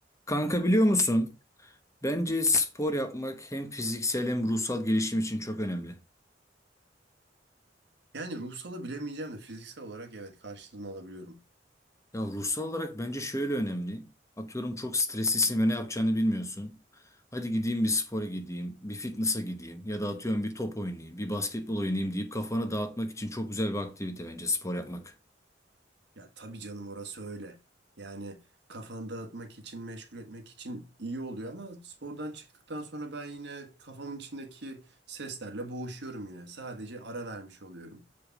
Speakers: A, on the left; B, on the right.
A: Kanka biliyor musun? Bence spor yapmak hem fiziksel hem ruhsal gelişim için çok önemli.
B: Yani ruhsala bilemeyeceğim de fiziksel olarak evet karşılığını alabiliyorum.
A: Ya ruhsal olarak bence şöyle önemli. Atıyorum çok streslisin ve ne yapacağını bilmiyorsun. Hadi gideyim bir spora gideyim, bir fitness'a gideyim ya da atıyorum bir top oynayayım, bir basketbol oynayayım deyip kafanı dağıtmak için çok güzel bir aktivite bence spor yapmak.
B: Ya tabii canım orası öyle. Yani kafanı dağıtmak için, meşgul etmek için iyi oluyor ama spordan çıktıktan sonra ben yine kafamın içindeki seslerle boğuşuyorum yine. Sadece ara vermiş oluyorum.